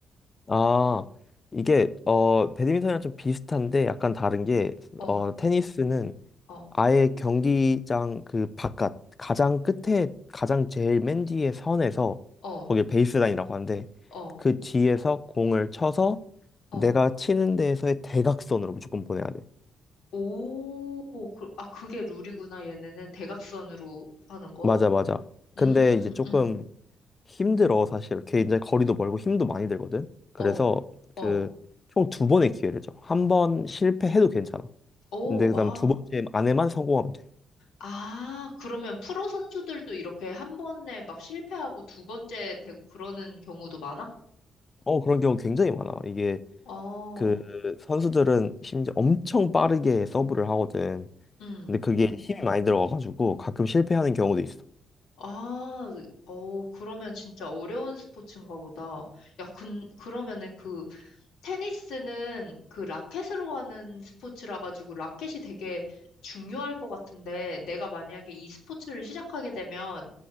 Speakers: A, on the left; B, on the left.
A: 아, 이게, 어, 배드민턴이랑 좀 비슷한데 약간 다른 게,
B: 어,
A: 어, 테니스는
B: 어,
A: 아예 경기장 그 바깥 가장 끝에 가장 제일 맨 뒤에 선에서
B: 어,
A: 거기 베이스라인이라고 하는데
B: 어,
A: 그 뒤에서 공을 쳐서
B: 어.
A: 내가 치는 데에서의 대각선으로 무조건 보내야 돼.
B: 오, 그, 아, 그게 룰이구나. 얘네는 대각선으로 하는 거.
A: 맞아 맞아. 근데
B: 음,
A: 이제 조금
B: 음,
A: 힘들어 사실. 굉장히 거리도 멀고 힘도 많이 들거든. 그래서
B: 어,
A: 그
B: 어.
A: 총 두 번의 기회를 줘. 한 번 실패해도 괜찮아.
B: 오,
A: 근데 그다음
B: 아.
A: 두 번째 안에만 성공하면 돼.
B: 아, 그러면 프로 선수들도 이렇게 한 번에 막 실패하고 두 번째 되고 그러는 경우도 많아?
A: 어 그런 경우 굉장히 많아. 이게
B: 어,
A: 그 선수들은 심지어 엄청 빠르게 서브를 하거든.
B: 음.
A: 근데 그게 음. 힘이 많이 들어가가지고 가끔 실패하는 경우도 있어.
B: 아, 어, 그러면 진짜 어려운 스포츠인가 보다. 야, 근, 그러면은 그, 테니스는 그 라켓으로 하는 스포츠라 가지고 라켓이 되게 중요할 것 같은데, 내가 만약에 이 스포츠를 시작하게 되면